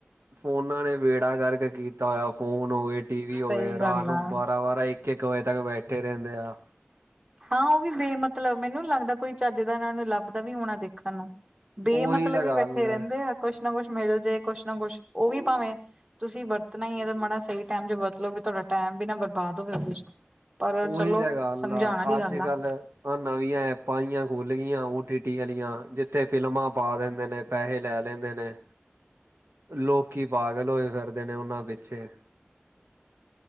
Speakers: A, on the right; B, on the right.
A: ਫੋਂਨਾਂ ਨੇ ਬੇੜਾ ਗਰਕ ਕੀਤਾ ਹੋਇਆ, ਫੋਨ ਹੋਵੇ ਟੀ ਵੀ ਹੋਵੇ
B: ਸਹੀ
A: ਰਾਤ
B: ਗੱਲ
A: ਨੂੰ
B: ਆ
A: ਬਾਰਾਂ-ਬਾਰਾਂ, ਇੱਕ-ਇੱਕ ਵਜੇ ਤੱਕ ਬੈਠੇ ਰਹਿੰਦੇ ਆ।
B: ਹਾਂ ਉਹ ਵੀ ਬੇ ਮਤਲਬ ਮੈਨੂੰ ਨੀ ਲੱਗਦਾ, ਕੋਈ ਚੱਜ ਦਾ ਇਹਨਾਂ ਨੂੰ ਲੱਭਦਾ ਵੀ ਹੋਣਾ ਦੇਖਣ ਨੂੰ ਬੇ
A: ਉਹੀ
B: ਮਤਲਬ
A: ਤਾਂ
B: ਵੀ
A: ਗੱਲ
B: ਬੈਠੇ
A: ਹੈ
B: ਰਹਿੰਦੇ ਆ, ਕੁਸ਼ ਨਾ ਕੁਸ਼ ਮਿਲ ਜਾਏ ਕੁਸ਼ ਨਾ ਕੁਸ਼, ਓਂ ਵੀ ਭਾਵੇਂ ਤੁਸੀਂ ਵਰਤਨਾ ਈ ਏ, ਮਾੜਾ ਸਹੀ ਟੈਮ ਚ ਵਰਤਲੋ ਵੀ ਤੁਹਾਡਾ ਟੈਮ ਵੀ ਨਾ ਬਰਬਾਦ ਹੋਵੇ ਉਹਦੇ ਚ ਪਰ
A: ਉਹੀ
B: ਚਲੋ
A: ਤਾਂ ਗੱਲ
B: ਸਮਝਾਣ ਆਲੀ
A: ਅੱਜ
B: ਗੱਲ ਆ।
A: ਕੱਲ ਆ ਨਵੀਆਂ ਐਪਾਂ ਜਿਆਂ ਖੁਲ ਗਈਆਂ, ਓ ਟੀ ਟੀ ਆਲੀਆਂ, ਜਿੱਥੇ ਫਿਲਮਾਂ ਪਾ ਦਿੰਦੇ ਨੇ। ਪੈਸੇ ਲੈ ਲੈਂਦੇ ਨੇ, ਲੋਕੀ ਪਾਗਲ ਹੋਏ, ਫਿਰਦੇ ਨੇ ਉਹਨਾਂ ਪਿੱਛੇ